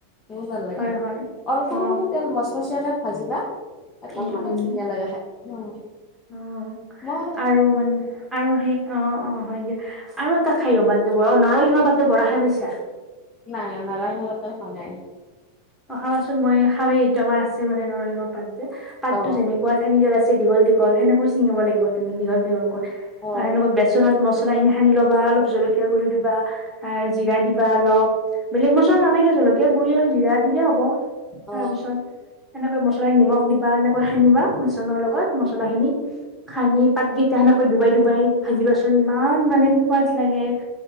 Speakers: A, on the left; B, in the centre.
A: বহুত ভাল লাগে
B: হয় হয়
A: অলপ সৰু
B: অ
A: সৰু তেল মচমচীয়া কে ভাজিবা- এমদম
B: উম
A: মানে
B: উম
A: ধুনীয়া লাগে খায় হয় মই
B: অ
A: মানে -
B: আৰু মানে আৰু সেই অঁ অঁ হয় যে আৰু এটা খাই ৰ'বা নৰসিংহৰ পাতৰ বৰা খাই পাইছা।
A: নাই নাই নাই নৰসিংহ পাতৰ খুৱা নাই।
B: অঁ খাবাচোন মই খাওঁৱে এইটো আমাৰ আছে মানে নৰসিংহৰ পাত যে পাততো
A: অ
B: যেনেকুৱা- ঠাৰিদাল আছে দীঘল দীঘল সেনেকৈ ছিঙিব লাগে তুমি দীঘল দীঘলকৈ
A: অ
B: আৰু বেছি বেচনত মছলা খিনি সানি ল'বা অলপ জলকীয়া গুড়ি দিবা জিৰা দিবা অলপ- বেলেগ মছলা নালাগে জলকীয়া গুৰি আৰু জিৰাত ইজে হব তাৰ
A: অ
B: পিছত তেনেকৈ মছলাৰ নিমখ দিবা এনেকৈ সানিবা মচ চনৰ লগত
A: অ
B: মছলা খিনি খানি পাতগেইটা সেনেকৈ ডুবাই ডুবাই ভাজিবাচোন ইমান মানে সোৱাদ লাগে